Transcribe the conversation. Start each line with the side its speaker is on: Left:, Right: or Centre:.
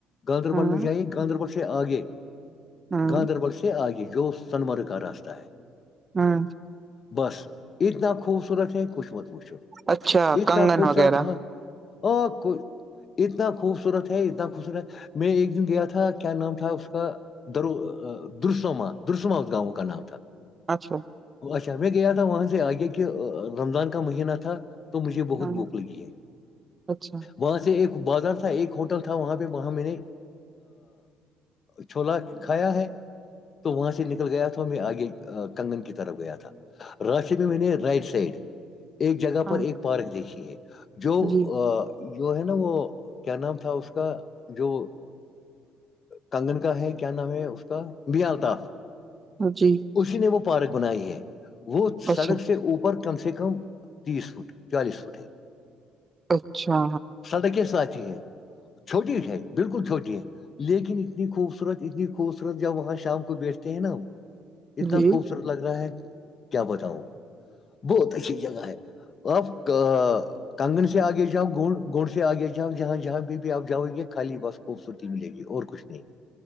Left: گاندربل
Right: ہاں
Left: میں جائی گاندربل سے آگے
Right: ہاں
Left: گاندربل سے آگے جو سنمرگ کا راستہ ہے
Right: ہاں
Left: بس اتنا خوبصورت ہے کچھ مت پوچھو
Right: اچھا
Left: اتنا
Right: کنگن
Left: خوبصورت
Right: وغیرہ
Left: تھا اور کو اتنا خوبصورت ہے اتنا خوبصورت ہے میں ایک دن گیا تھا کیا نام تھا اس کا درو درسما درسما اس گاؤں کا نام تھا
Right: اچھا
Left: اچھا میں گیا تھا وہاں سے آگے کہ رمضان کا مہینہ تھا مجھے بہت
Right: ہاں
Left: بھوک لگی ہے
Right: اچھا
Left: وہاں سے ایک بازار تھا ایک ہوٹل تھا وہاں پہ وہاں میں نے چھولا کھایا ہے تو وہاں سے نکل گیا تھا میں آگے کنگن کی طرف گیا تھا راشد میں میں نے رائٹ سائڈ ایک جگہ
Right: ہاں
Left: ایک پارک دیکھیے جو
Right: جی
Left: جو ہے نا وہ کیا نام تھا اس کا جو کانگن کا ہے کیا نام ہے اس کا بیال تھا
Right: جی
Left: اسی نے وہ پارک بنائی ہے وہ سڑک
Right: اچھا
Left: سے اوپر کم سے کم تیس فٹ چالیس فٹ ہے
Right: اچھا
Left: سڑکیں ساتھی ہیں چھوٹی ہے ہے بالکل چھوٹی ہے لیکن اتنی خوبصورت اتنی خوبصورت جب وہاں شام کو بیٹھتے ہیں نا ہم اتنا
Right: جی
Left: خوبصورت لگ رہا ہے کیا بتاؤ بہت اچھی جگہ ہے آف کنگن سے آگے جاؤ گوڑ گوڑ سے آگے جاؤ جہاں جہاں بھی بھی آپ جاؤ گے خالی بس خوبصورتی ملے گی اور کچھ نہیں